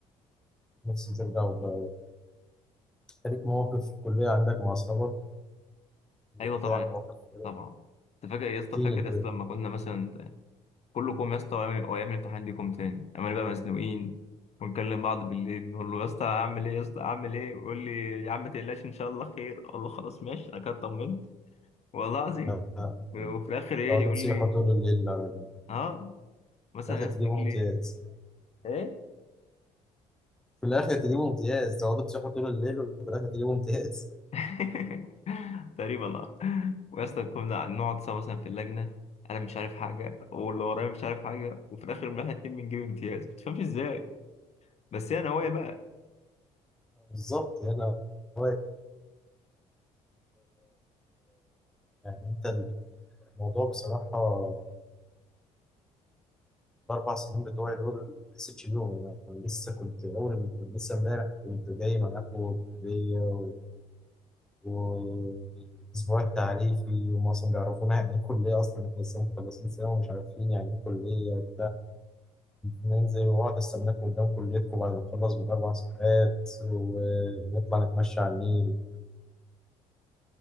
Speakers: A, in the centre; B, on the left.
A: نفسي ترجع والله ليك مواقف في الكليه عندك مع اصحابك اللي
B: ايوه
A: كده
B: طبعا
A: يعني
B: يا اسطى،
A: مواقف حلوة.
B: طبعا انت فاكر يا اسطى
A: احكي
B: فاكر
A: لي
B: يا
A: كده
B: اسطى لما كنا مثلا كله كوم يا اسطى وايام وايام الامتحان دي كوم تاني اما نبقى مزنوقين ونكلم بعض بالليل نقول له يا اسطى اعمل ايه يا اسطى اعمل ايه ويقول لي يا عم ما تقلقش ان شاء الله خير اقول له خلاص ماشي انا كده اطمنت والله العظيم
A: آه، آه.
B: وفي الاخر ايه
A: تقعدوا
B: يقول
A: تصيحوا
B: لي
A: طول الليل على ال-
B: اه مثلا
A: في الاخر
B: يا
A: تجيبوا
B: اسطى يقول
A: امتياز
B: لي ايه
A: في الاخر تجيبوا امتياز تقعدوا تصيحوا طول الليل وفي الاخر تجيبوا امتياز
B: <laughs> تقريبا اه ويا اسطى كنا نقعد سوا مثلا في اللجنه انا مش عارف حاجه واللي ورايا مش عارف حاجه وفي الاخر إن احنا اتنين بنجيب امتياز ما تفهمش ازاي بس هي نوايا بقى
A: <laughs> بالظبط هنا هو ال- يعني انت الموضوع بصراحه الاربع سنين بتوعي دول ما حسيتش بيهم انا يعني لسه كنت اول لسه امبارح كنت جاي معاكم الكليه و... و... الاسبوع التعريفي وهم اصلا بيعرفونا يعني ايه كليه اصلا احنا لسه مخلصين ثانوي ومش عارفين يعني ايه كليه ننزل واقعد استناك قدام كليتكم بعد ما نخلص بالأربع ساعات ونطلع نتمشى على النيل